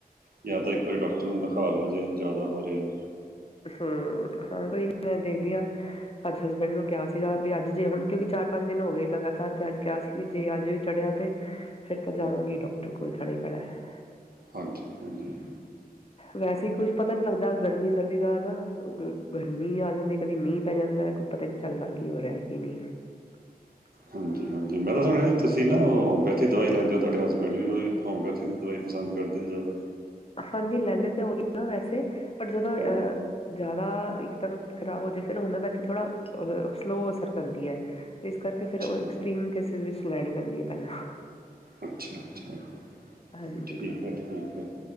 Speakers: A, on the right; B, on the left.
A: ਯਾ ਤਾਂ ਏਕ ਵਾਰੀ ਡੋਕਟਰ ਨੂੰ ਦੇਖਾ ਲੋ ਜੇਨ ਜਾਅਦਾ ਹੋ ਰੇਹਾ ਏ।
B: ਹੂੰ ਹਾਂ ਕੋਈ ਨੀ, ਮੈ ਦੇਖਦੀ ਆ ਅਜ ਹਸਬੈਂਡ ਨੂੰ ਕੇਹਾ ਸੀਗਾ ਵੀ ਅਜ ਜੇ ਹੁਣ ਕਿਉਕਿ ਚਾਰ ਪੰਜ ਦਿਨ ਹੋ ਗਏ ਲਗਾਤਾਰ ਤੇ ਅਜ ਕੇਹਾ ਸੀ। ਵੀ ਜੇ ਅਜ ਵੀ ਚੜੇਆ ਤੇ ਫਿਰ ਤਾਂ ਜਾਵਾਂਗੇ
A: ਹੂੰ
B: ਈ ਡੋਕਟਰ ਕੋਲ ਜਾਣਾ ਹੀ ਪੈਣਾ ਹ।
A: ਹਾਂਜੀ-ਹਾਂਜੀ।
B: ਵੈਸੇ ਈ ਕੁਛ ਪਤਾ ਨੀ ਲਗਦਾ ਗਰਮੀ ਸਰਦੀ ਦਾ ਨਾ, ਗਰਮੀ ਆ ਜਾਂਦੀ, ਕਦੀ ਮੀਂਹ ਪੈ ਜਾਂਦਾ ਕੁ ਪਤਾ ਹੀ ਨਹੀ ਚਲਦਾ ਕੀ ਹੋ ਰੇਹਾ ਕੀ ਨਹੀ? <inaudible>
A: ਹਾਂਜੀ-ਹਾਂਜੀ ਮੈ ਤਾਂ ਸੁਣੇਆ ਜੀ ਤੁਸੀ ਨਾ ਉਹ ਹੋਮਪੈਥਿਕ ਦਵਾਈ ਲੈਂਦੇ ਔ, ਤੁਹਾਡੇ ਹਸਬੈਂਡ ਵੀ ਉਹ ਵੀ ਹੋਮੋਪੈਥੀ ਦੀ ਦਵਾਈ ਪਸੰਦ ਕਰਦੇ ਓ ਜਾਅਦਾ?
B: ਹਾਂਜੀ ਲੈਂਦੇ ਤੇ ਓਹੀ ਆ ਵੈਸੇ, ਬਟ ਜਦੋ ਅਹ
A: ਹਾਂ
B: ਜਾਦਾ ਇਕਦਮ ਖਰਾਬ ਹੋ ਜੇ ਫਿਰ ਹੋਮਿਓਪੈਥੀ ਥੋੜਾ ਅ ਸਲੋਅ ਅਸਰ ਕਰਦੀ ਐ। ਤੇ ਇਸ ਕਾਰਕੇ ਫਿਰ
A: ਅੱਛਾ
B: ਓ ਐਕਸਟ੍ਰੀਮ ਕੇਸਿਸ ਵਿਚ ਲੈਣੀ ਪੈਂਦੀ ਏ ਪ੍ਹੈਲਾਂ।
A: ਅਛਾ-ਅਛਾ,
B: ਹਾਂਜੀ
A: ਠੀਕ ਐ, ਠੀਕ ਐ,